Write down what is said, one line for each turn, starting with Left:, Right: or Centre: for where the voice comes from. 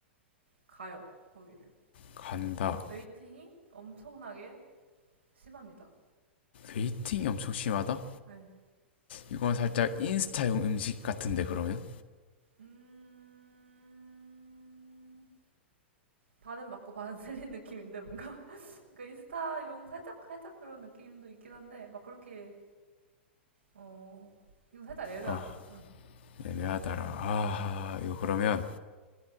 Right: 가요 거기를
Left: 간다.
Right: 웨이팅이 엄청나게 심합니다.
Left: 웨이팅이 엄청 심하다.
Right: 네.
Left: 이건 살짝 인스타용 음식 같은데 그러면
Right: 음... 반은 맞고 반은 <laughs> 틀린 느낌인데 뭔가 <laughs> 그러니까 인스타용 살짝 살짝 그런 느낌도 있긴 한데 막 그렇게 어 이거 살짝 애매하다.
Left: 아
Right: 어.
Left: 애매하다라. 아
Right: 음흠.
Left: 이거 그러면